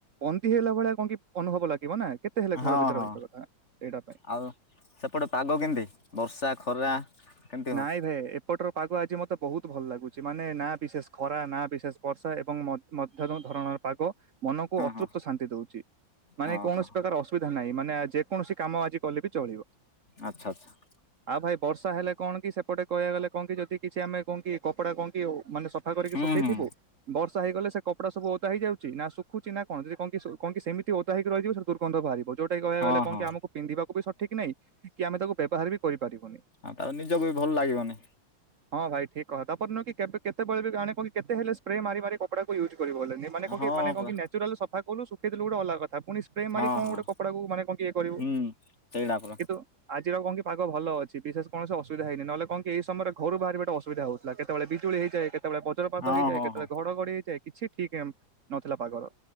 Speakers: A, on the right (about 55°); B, on the left (about 35°).
A: ବନ୍ଦି ହେଲା ଭଳିଆ କଣ କି ଅନୁଭବ ଲାଗିବ ନା। କେତେ ହେଲେ
B: ହଁ
A: ଘର ଭିତରେ
B: ହଁ
A: ରହିବା କଥା ସେଇଟା ପାଇଁ।
B: ଆଉ ସେପଟେ ପାଗ କେମିତି ବର୍ଷା, ଖରା। କେମିତି ହଉଛି?
A: ନାଇଁ ଭାଇ ଏପଟର ପାଗ ଆଜି ମତେ ବହୁତ ଭଲ ଲାଗୁଚି ମାନେ ନା ବିଶେଷ ଖରା, ନା ବିଶେଷ ବର୍ଷା ଏବଂ ମଧ୍ୟମ ଧରଣର ପାଗ ମନକୁ
B: ହଁ
A: ଅତୃପ୍ତ
B: ହଁ
A: ଶାନ୍ତି ଦଉଚି ମାନେ
B: ହଁ
A: କୌଣସି
B: ହଁ
A: ପ୍ରକାର ଅସୁବିଧା ନାହିଁ, ମାନେ ଯେକୌଣସି କାମ ଆଜି କଲେ ବି ଚଳିବ।
B: ଆଚ୍ଛା ଆଚ୍ଛା।
A: ଆଉ ଭାଇ ବର୍ଷା ହେଲେ କଣ କି ସେପଟେ କହିବା ଗଲେ କଣ କି ଯଦି କିଛି ଆମେ କଣ କି କପଡା କଣ କି ମାନେ ସଫା କରିକି
B: ହୁଁ
A: ଶୁଖେଇଥିବୁ
B: ହୁଁ
A: ବର୍ଷା ହେଇଗଲେ ସେ କପଡା ସବୁ ଓଦା ହେଇ ଯାଉଚି ନା ଶୁଖୁଛି, ନା କଣ, ଯଦି କଣ କ ସେମତି ଓଦା ହେଇକି ରହିଯିବ ସେମିତି ଦୁର୍ଗନ୍ଧ ବାହାରିବ। ଯୋଉଟା କି କହିବା
B: ହଁ
A: ଗଲେ କଣ
B: ହଁ।
A: କି ଆମକୁ ପିନ୍ଧିବାକୁ ବି ସଠିକ୍ ନାହିଁ କି ଆମେ ତାକୁ ବ୍ୟବହାର ବି କରିପାରିବୁନି।
B: ହଁ ତା ନିଜକୁ ବି ଭଲ ଲାଗିବନି।
A: ହଁ ଭାଇ ଠିକ୍ କହ। ତାପରେ ନୁଁଅ କି କେତେବେଳେ ବି ଜଣେ କେତେ ହେଲେ ସ୍ପ୍ରେ ମାର ମାର ସେଟାକୁ ୟୁଜ୍ କରିହବନି ମାନେ କଁ
B: ହଁ
A: କି ମାନେ କଁ
B: ପରା
A: କି ନାଚୁରାଲ୍ ସଫା କଲୁ ଶୁଖେଇଦେଲୁ ଗୋଟେ ଅଲଗା କଥା। ପୁଣି ସ୍ପ୍ରେ ମାରି
B: ହଁ
A: କଣ
B: ହଁ
A: ଗୋଟେ କପଡାକୁ ମାନେ କଣ ଇଏ କରିବୁ
B: ହୁଁ। ସେଇଟା ପରା
A: କିନ୍ତୁ ଆଜିର କଣ କି ପାଗ ଭଲ ଅଛି ବିଶେଷ କୌଣସି ଅସୁବିଧା ହେଇିନି ନହେଲେ କଣ କି ଏ ସମୟରେ ଘରୁ ବାହାରିବା ଟା ଅସୁବିଧା ହେଉଥିଲା କେତେବେଳେ ବିଜୁଳି ହେଇ ଯାଏ କେ କେତେବେଳେ ବଜ୍ରପାତ
B: ହଁ
A: ହେଇଯାଏ
B: ହଁ
A: କେତେବେଳେ
B: ହଁ
A: ଘଡଘଡି ହେଇଯାଏ କିଛି ଠିକ୍ ନଥିଲା ପାଗର।